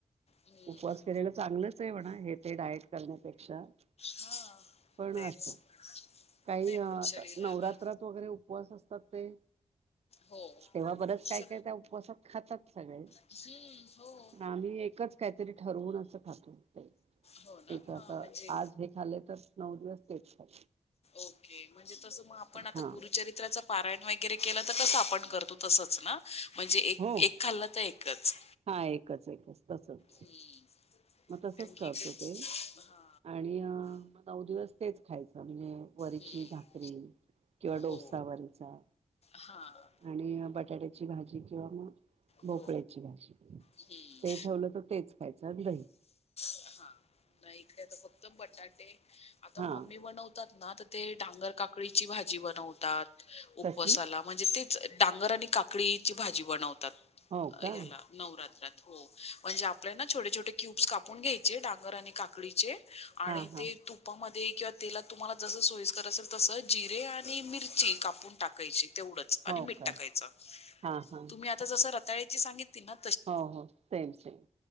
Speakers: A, on the left; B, on the right.
A: हं.
B: उपवास केलेला चांगलंच आहे म्हणा हे ते डायट करण्यापेक्षा <unintelligible>
A: हां.
B: पण
A: तेच.
B: अस काही
A: नाही
B: आता
A: पण शरीराला
B: नवरात्र <unintelligible> वगैरे उपवास असतात ते
A: हो
B: तेव्हा बरच काय-
A: स
B: काय त्या उपवासात खातात सगळे
A: हम्म हो
B: प आम्ही एकच काहीतरी ठरवून असं खातू ते
A: हो ना
B: ठीक आहे
A: हा
B: तर
A: म्हणजे
B: आज हे खाल्ले तर नऊ दिवस तेच खा
A: ओके म्हणजे तस मग आपण आता
B: हा
A: गुरुचरित्राचा पारायण वैगेरे केलं तर कस आपण करतो तसच ना म्हणजे
B: हो
A: एक खाल्लं तर एकच
B: हा एकच-एकच तसच
A: हम्म.
B: मग तसच
A: कारण की
B: करतो
A: इकडे
B: ते
A: हा
B: आणि अ नऊ दिवस तेच खायचं म्हणजे वरीची
A: हम्म
B: भाकरी किंवा
A: हो
B: डोसा वरीचा
A: हा <unintelligible>
B: आणि बटाट्याची भाजी किंवा मग भोपळ्याची
A: हो
B: भाज
A: हम्म
B: ते ठेवलं तर तेच खायचं लही
A: ह नाही इकडे फक्त बटाटे आता
B: हा
A: ममी तात ना तेडांर काकडीची भाजी बनवतात
B: कसली
A: उपसाला म्हणजे तेच डांगर आणि काकळीची भाजी बनवतात
B: हो का
A: याला नवरात्रात हो म्हणजे आपल्या ना छोटे छोटे क्यूब्स कापून घ्यायचे डगर आणि काकडीचे आणि
B: हा हा
A: ते त तपामध्ये किंवा तेलात तुम्हाला जस सोय करत असेल तस जिरे आणि मिरची कापून टाकायची तेवढंच आणि
B: हो
A: मीठ
B: का
A: टाकायच
B: हा हा
A: तुम्ही आता जस रताळ्याची सांगितली ना
B: हो हो सेम सेम